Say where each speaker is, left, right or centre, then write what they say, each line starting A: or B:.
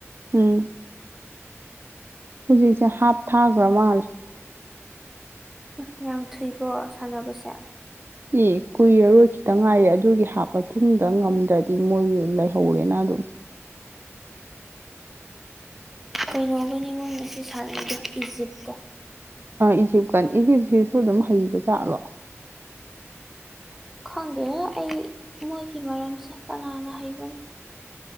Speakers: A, on the right; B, in the centre.
A: ꯎꯝ ꯍꯧꯖꯤꯛꯁꯦ ꯍꯥꯞꯊꯥꯒ꯭ꯔ ꯃꯥꯜꯂꯦ
B: ꯎ ꯌꯥꯝ ꯊꯨꯏꯀꯣ ꯁꯥꯟꯅꯕꯁꯦ
A: ꯑꯦ ꯀꯨꯏꯔꯔꯣ ꯈꯤꯇꯪ ꯉꯥꯏꯔꯦ ꯑꯗꯨꯒꯤ ꯍꯥꯞ ꯇꯨꯡꯗ ꯉꯝꯗ꯭ꯔꯗꯤ ꯃꯣꯏ ꯂꯩꯍꯧꯔꯦꯅ <unintelligible>
B: ꯀꯩꯅꯣꯒꯅꯤꯉꯣ ꯉꯁꯤ ꯁꯥꯟꯅꯩꯗꯣ ꯏꯖꯤꯞꯀ
A: ꯏꯖꯤꯞꯀꯥ ꯏꯖꯤꯞꯁꯤꯁꯨ ꯑꯗꯨꯝ ꯍꯩꯕ ꯖꯥꯠꯂꯣ
B: ꯈꯪꯗꯦꯍꯦ ꯑꯩ ꯃꯣꯏꯒꯤ ꯃꯔꯝꯁꯦ ꯀꯅꯥꯅ ꯍꯩꯕꯅꯣ